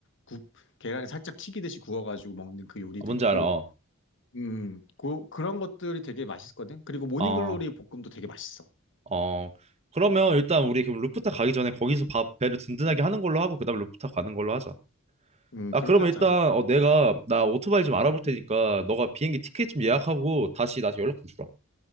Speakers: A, on the left (about 60°); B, on the right (about 30°).
A: 굽, 계란을 살짝 튀기듯이 구워가지고 먹는 그 요리도
B: 뭔지
A: 있고
B: 알아, 어,
A: 음, 그, 그런 것들이 되게 맛있거든. 그리고 모닝글로리
B: 어,
A: 볶음도 되게 맛있어.
B: 어.
A: 음,
B: 그러면 일단 우리 그럼 루프탑 가기 전에 거기서 밥 배를 든든하게 하는 걸로 하고 그다음 루프탑 가는 걸로 하자.
A: 음,
B: 아
A: 그렇게
B: 그러면
A: 하자.
B: 일단 어 내가 나 오토바이 좀 알아볼 테니까 너가 비행기 티켓 좀 예약하고 다시 나한테 연락 좀 주라.